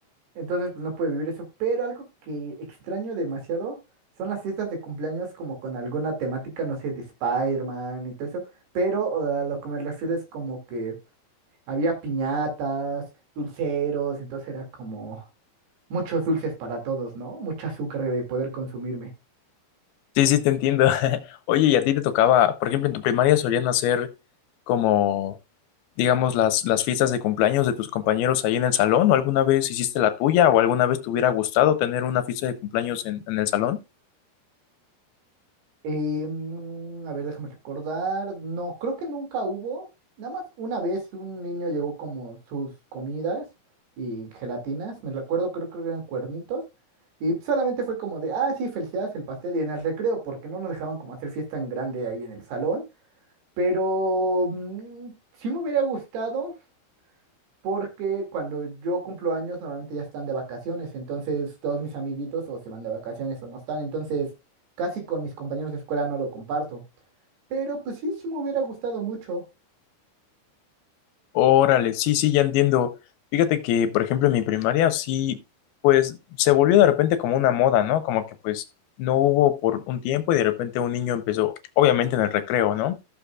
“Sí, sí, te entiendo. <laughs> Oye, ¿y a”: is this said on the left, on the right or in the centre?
Left